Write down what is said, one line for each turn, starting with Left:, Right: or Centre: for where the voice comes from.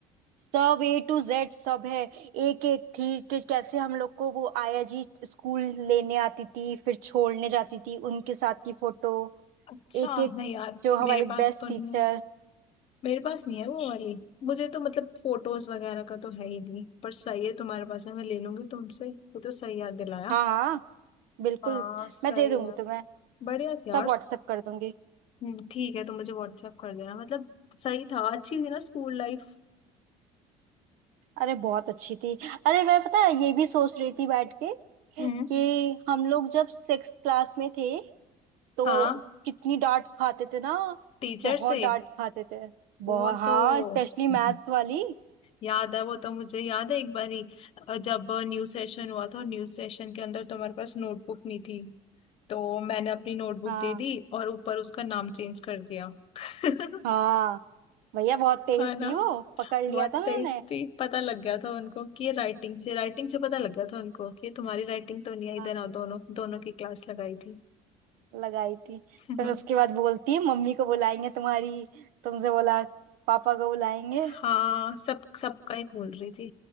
Right: सब ए टू जेड सब है एक एक थी कि कैसे हम लोग को वो आया जी स्कूल लेने आती थी फिर छोड़ने जाती थी उनके साथ की फोटो
Left: अच्छा
Right: एक एक
Left: नहीं यार
Right: जो
Left: मेरे
Right: हमारी
Left: पास
Right: बेस्ट
Left: तो नहीं
Right: टीचर
Left: है। मेरे पास नहीं है वो वाली मुझे तो मतलब फोटोज वगैरह का तो है ही नहीं पर सही है तुम्हारे पास है मैं ले लूंगी तुमसे वो तो सही याद दिलाया
Right: हाँ हाँ बिल्कुल
Left: हाँ सही
Right: मैं दे दूंगी
Left: है
Right: तुम्हें
Left: बढ़िया थी यार
Right: सब व्हाट्सएप कर दूंगी
Left: हम्म, ठीक है तुम मुझे व्हाट्सएप कर देना मतलब सही था अच्छी थी ना स्कूल लाइफ
Right: अरे बहुत अच्छी थी अरे मैं पता है ये भी सोच रही थी बैठ के कि
Left: हम्म
Right: हम लोग जब सिक्स क्लास में थे तो
Left: हाँ
Right: कितनी डांट खाते थे ना
Left: टीचर
Right: बहुत
Left: से
Right: डांट खाते थे बहुत
Left: वो
Right: हाँ
Left: तो
Right: स्पेशली मैथ्स
Left: <laughs>
Right: वाली
Left: याद है वो तो मुझे याद है एक बारी अ, जब न्यू सेशन हुआ था और न्यू सेशन के अंदर तुम्हारे पास नोटबुक नहीं थी तो मैंने अपनी नोटबुक
Right: हाँ
Left: दे दी और ऊपर उसका नाम चेंज कर दिया <laughs>
Right: हाँ भैया बहुत तेज
Left: हाँ ना
Right: थी वो पकड़
Left: बहुत
Right: लिया था ना
Left: तेज
Right: उन्होंने
Left: थी पता लग गया था उनको कि ये राइटिंग से राइटिंग से पता लग गया था उनको कि ये तुम्हारी राइटिंग तो नहीं आई
Right: हाँ
Left: देना दोनों दोनों की क्लास लगाई थी
Right: लगाई थी
Left: <laughs>
Right: फिर उसके बाद बोलती है मम्मी को बुलाएंगे तुम्हारी तुमसे बोला पापा को बुलाएंगे
Left: हाँ सब सबका ही बोल रही थी